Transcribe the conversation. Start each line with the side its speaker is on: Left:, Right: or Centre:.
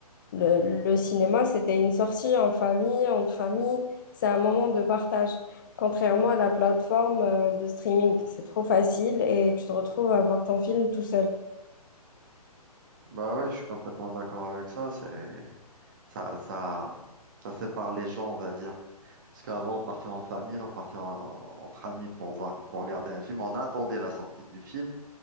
Left: Le, le cinéma, c'était une sortie en famille, entre amis. C'est un moment de partage. Contrairement à la plateforme euh, de streaming, c'est trop facile et tu te retrouves à voir ton film tout seul.
Right: Bah oui, je suis complètement d'accord avec ça. C'est ça, ça, ça sépare les gens, on va dire. Parce qu'avant, on partait en famille, on partait en- en- entre amis pour voir, pour regarder un film. On attendait la sortie du film,